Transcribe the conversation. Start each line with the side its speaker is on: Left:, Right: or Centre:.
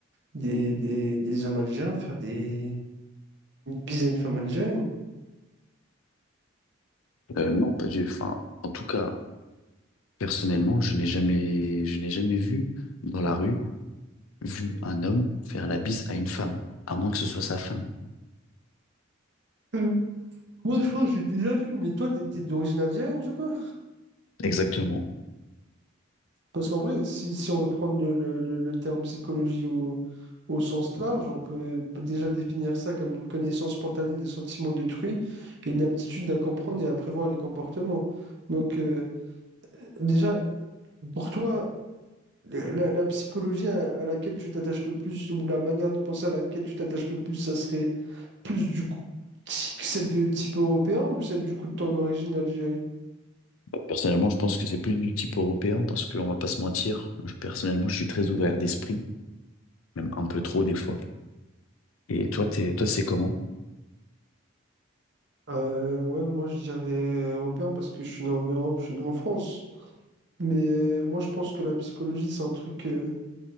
Right: des, des, des hommes algériens faire des bises à une femme algérienne.
Left: Euh, non, pas du. Enfin, en tout cas, personnellement, je n'ai jamais, je n'ai jamais vu dans la rue, vu un homme faire la bise à une femme, à moins que ce soit sa femme.
Right: <laughs> Ouais, je crois que j'ai déjà vu, mais toi, t'es t'es d'origine algérienne, du coup?
Left: Exactement.
Right: Parce qu'en vrai, si, si on veut prendre le, le- le- le terme psychologie au, au sens large, on peut déjà définir ça comme une connaissance spontanée des sentiments d'autrui et une aptitude à comprendre et à prévoir les comportements. Donc, euh, déjà, pour toi, le- la, la psychologie à, à laquelle tu t'attaches le plus, ou la manière de penser à laquelle tu t'attaches le plus, ça serait plus du coup ti- celle de type européen ou celle du coup de ton origine d'Algérie?
Left: Personnellement, je pense que c'est plus du type européen parce qu'on va pas se mentir. Moi, je- personnellement, je suis très ouvert d'esprit, même un peu trop des fois. Et toi, t'es, toi, c'est comment?
Right: Euh, ouais, moi je dirais européen parce que je suis né en Europe, je suis né en France. Mais euh, moi je pense que la psychologie c'est un truc euh,